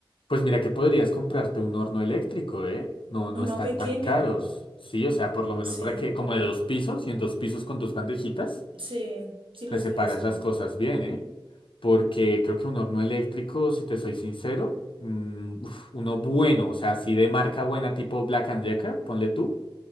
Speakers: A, on the left; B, on the right.
A: Pues mira que podrías comprarte un horno eléctrico, ¿eh? No, no
B: uno
A: están
B: pequeño.
A: tan caros. Sí, o sea, por lo menos
B: Sí,
A: para que, como de dos pisos, y en dos pisos con dos bandejitas,
B: sí, sí los
A: te separas
B: he visto.
A: las cosas bien, ¿eh? Porque creo que un horno eléctrico, si te soy sincero, mm, uf, uno bueno, o sea, así de marca buena tipo Black and Decker, ponle tú,